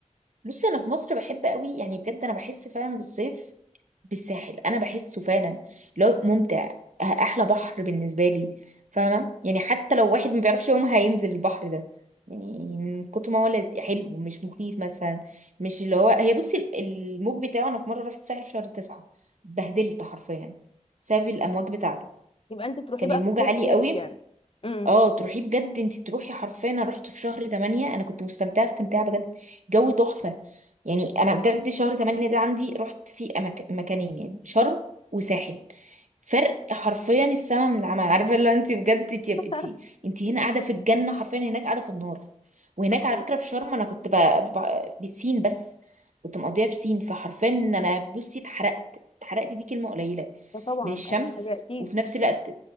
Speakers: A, on the right; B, on the left.
A: بصي انا في مصر بحب قوي يعني بجد انا بحس فعلا بالصيف بالساحل انا بحسه فعلا لو ممتع أه- احلى بحر بالنسبه لي فاهمه يعني حتى لو واحد ما بيعرفش يوم هينزل البحر ده يعني من كتر ما هو لذ- حلو مش مخيف مثلا مش اللي هو هي بصي ال- الموج بتاعه انا في مره رحت الساحل في شهر تسعة بهدلت حرفيا بسبب الامواج بتاعته
B: يبقى انت تروحي
A: كان
B: بقى
A: الموج
B: في صيف
A: عالي
B: صيف
A: قوي
B: يعني امم
A: اه تروحي بجد انت تروحي حرفيا انا رحت في شهر 8 انا كنت مستمتعه استمتاع بجد جو تحفه يعني انا بجد شهر 8 ده عندي رحت فيه أمك... مكانين يعني شرم وساحل فرق حرفيا السما من العمى <laughs> عارفه اللي هو انت بجد انت انت
B: <laughs>
A: انت هنا قاعده في الجنه حرفيا هناك قاعده في النار وهناك
B: آه،
A: على فكره في شرم انا كنت ب... ب... بسين بس كنت مقضيها بسين فحرفيا ان انا بصي اتحرقت اتحرقت دي كلمه قليله
B: ده طبعا
A: من الشمس
B: حاجه اكيد
A: وفي نفس الوقت